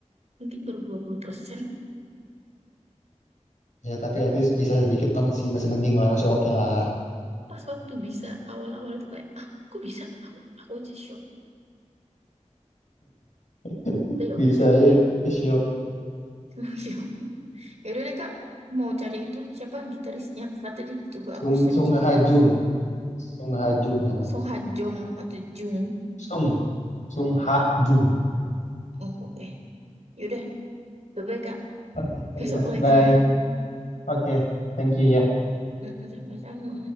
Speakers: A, on the right; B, on the left.
A: mungkin baru dua puluh persen
B: ya tapi at least bisa sedikit lah masih masih mending lah masih oke lah.
A: pas waktu bisa awal-awal itu kayak ah kok bisa aku aku aja shock
B: <laughs>
A: tapi ya
B: Bisa
A: udah deh
B: ya siok.
A: <laughs> shock Yaudah deh kak, mau cari itu siapa gitarisnya kak tadi? Coba
B: Sung
A: aku searching
B: Sung Hajung,
A: aja.
B: Sung Hajung namanya.
A: Song Ha Jong atau Jung.
B: Sung Sung Hajung.
A: Oh oke. Yaudah, bye-bye kak.
B: Oke, ya
A: Besok
B: udah.
A: lagi
B: Bye.
A: ya.
B: Oke, thank you ya.
A: Mm-mm, Sama-sama.